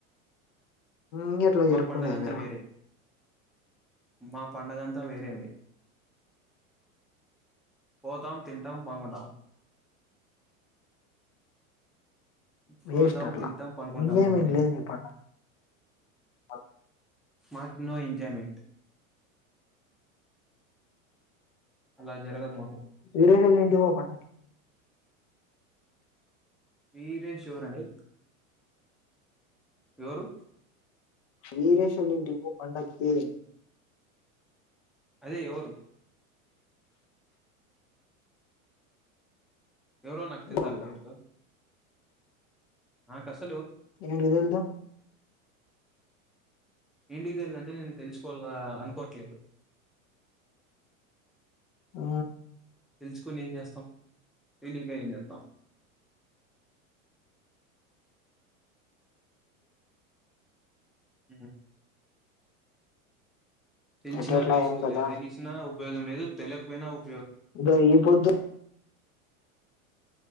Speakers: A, on the left; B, in the centre.
A: ఇంక ఎట్లా
B: మా
A: జరుపుకునేది
B: పండుగంతా
A: మీరు
B: వేరే మా పండగంతా వేరే అండి పోతాం తింటాం పనుకుంటాం పోతాం
A: వేస్ట్ అట్లా
B: తింటాం పనుకుంటాం
A: ఇంగేమి
B: మా పని
A: లేదు పట్ల ఆ
B: మాక్ నో ఎంజాయ్మెంట్ అలా జరగదు మాకు
A: వేరేది అయితే ఇంటికిపో పన్
B: వీరేేష్ ఎవరు అని ఎవరు
A: వీరేష్ వాళ్ళ ఇంటికి పో పండక్కి
B: అదే ఎవరు ఎవరు నాకు తెల్దా
A: ఊరోళ్ళు
B: ఆ పేరుతో ఆ కస్
A: ఏంటిగి తెల్దు
B: ఏంటికి తెలిదంటే తెలుసుకోవాల అనుకోట్లేదు
A: ఆ
B: తెలుసుకొని ఏం చేస్తాం తెలిగ ఏం చేస్తాం అ తెలిసిన
A: ఎట్లా ఎట్లా
B: వేస్ట్
A: ఏం కదా
B: తెలికనా ఉపయోగం లేదు తెలియకపోయినా ఉప్
A: ఇరోజు ఈ పొద్దు